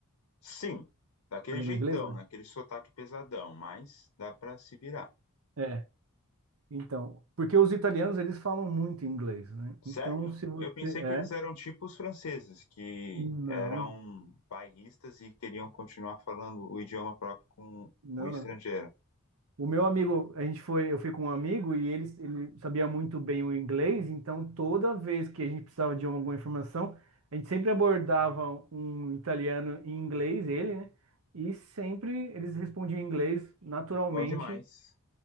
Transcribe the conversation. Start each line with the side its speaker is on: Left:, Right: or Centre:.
Left: Sim, daquele
Right: a língua
Left: jeitão,
Right: inglesa?
Left: né? Aquele sotaque pesadão, mas dá pra se virar.
Right: É. Então, porque os italianos eles falam muito inglês, né?
Left: Sério?
Right: Então, se você
Left: Eu pensei
Right: é,
Left: que eles eram tipo os franceses, que
Right: não,
Left: eram bairristas e queriam continuar falando o idioma próprio com
Right: não,
Left: o estrangeiro.
Right: não. O meu amigo, a gente foi, eu fui com um amigo e ele, ele sabia muito bem o inglês, então toda vez que a gente precisava de alguma informação, a gente sempre abordava um italiano em inglês, ele, né? E sempre eles respondiam em inglês naturalmente,
Left: Bom demais.